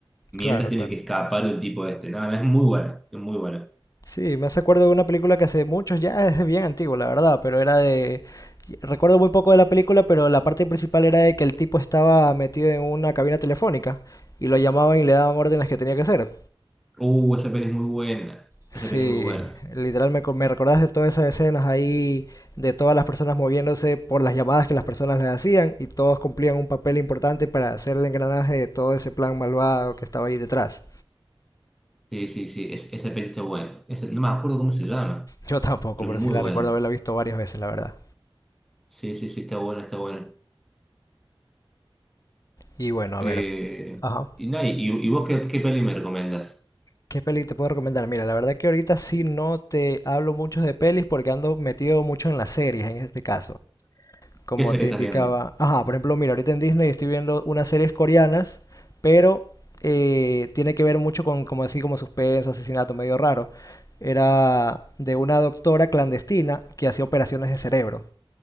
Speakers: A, in the centre; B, on the left.
A: mientras
B: Claro,
A: tiene
B: claro.
A: que escapar el tipo este. Nada, es muy buena, es muy buena.
B: Sí, me hace acuerdo de una película que hace muchos, ya es bien antigua, la verdad, pero era de... Recuerdo muy poco de la película, pero la parte principal era de que el tipo estaba metido en una cabina telefónica y lo llamaban y le daban órdenes que tenía que hacer.
A: Uh, esa peli es muy buena,
B: Sí,
A: esa peli es muy buena.
B: literal me, co- me recordaste todas esas escenas ahí de todas las personas moviéndose por las llamadas que las personas les hacían y todos cumplían un papel importante para hacer el engranaje de todo ese plan malvado que estaba ahí detrás.
A: Sí, sí, sí, es- esa peli está buena. Esa- no me acuerdo cómo se llama.
B: Yo tampoco,
A: Pero
B: pero
A: muy
B: sí la
A: buena.
B: recuerdo haberla visto varias veces, la verdad.
A: Sí, sí, sí, está buena, está buena.
B: Y bueno, a
A: Eh,
B: ver. Ajá.
A: y, nada, y, y vos qué, qué peli me recomendás?
B: ¿Qué peli te puedo recomendar? Mira, la verdad que ahorita sí no te hablo mucho de pelis porque ando metido mucho en las series en este caso. Como
A: ¿Qué serie
B: te
A: estás
B: indicaba.
A: viendo?
B: Ajá, por ejemplo, mira, ahorita en Disney estoy viendo unas series coreanas, pero eh, tiene que ver mucho con como así como suspenso, asesinato, medio raro. Era de una doctora clandestina que hacía operaciones de cerebro.